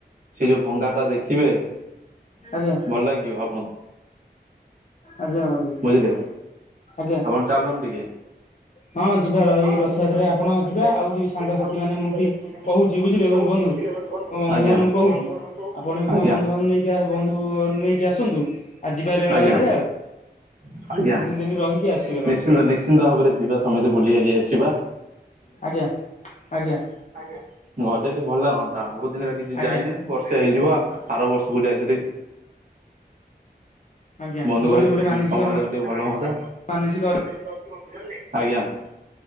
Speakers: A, on the right; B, on the left.
A: ସେ ଯେଉଁ ଭଙ୍ଗାଟା ଦେଖିବେ
B: ଆଜ୍ଞା
A: ଭଲ ଲାଗିବ ଆପଣଙ୍କୁ।
B: ଆଜା ବନ୍ଦୁ।
A: ବୁଝିଲେ।
B: ଆଜ୍ଞା।
A: ଆପଣ ଚାଲନ୍ ଟିକେ।
B: ହଁ ଯିବାର
A: ହଁ
B: ଏଇ ରଥଯାତ୍ରାରେ
A: ଯିବା ର ରା
B: ଆପଣ ଯିବା
A: ସେଟା ଆପଣଙ୍କଟା
B: ଆଉ ବି ସାଙ୍ଗସାଥି
A: ଆଉ
B: ମାନେ
A: ଯ ସାଙ୍ଗସାଥି
B: ମୁଁ ବି
A: ମାନେ ମୁଁ
B: କହୁଛି ବୁଝିଲେ
A: କହୁଛି
B: ବନ୍ଧୁ
A: ବୁଝିଲେ।
B: ମୋ ବନ୍ଧୁ
A: ଆଜ୍ଞା
B: ମାନଙ୍କୁ କହୁଛି
A: ବନ୍ଧୁଙ୍କୁ କହୁଛି
B: ଆପଣ
A: କୁ <unintelligible>
B: ବି ତମ ବନ୍ଧୁବାନ୍ଧୁ ନେଇକି ବନ୍ଧୁ ନେଇକି ଆସନ୍ତୁ ଆଉ ଯିବା ରେଳ
A: ଆଜ୍ଞା
B: ଗାଡିରେ ଆଉ
A: ଆଜ୍ଞା
B: ଦି ତିନି ଦିନ ରହିକି ଆସିବା
A: ନିଶ୍ଚିନ୍ତ ନି୍ଚ। ନିଶ୍ଚିତ ଭାବରେ ଯିବା ସମସ୍ତେ ବୁଲି ବାଲି ଆସିବା।
B: ଆଜ୍ଞା ଆଜ୍ଞା।
A: ଆଜ୍ଞା ଗଲେ ଟି ଭଲ ଲାଗନ୍ତା ବହୁତ ଦିନିଲା କିଛି
B: ଆଜ୍ଞା
A: ଯାଇନି ବର୍ଷେ ହେଇଯିବ ଆ ଆର ବର୍ଷକୁ ଯାଇଥିଲି
B: ଆଜ୍ଞା
A: ବନ୍ଧୁ
B: ମୋର
A: ଭାଇଟି
B: ବି ଗୋଟେ ମାନସିକ
A: ହୁଁ ତମ ଆଗେ ଟିକେ ଭଲ ହୁଅନ୍ତା।
B: ମାନସିକ
A: ଆ ଅଛି ବୁ ଆଜ୍ଞା <unintelligible>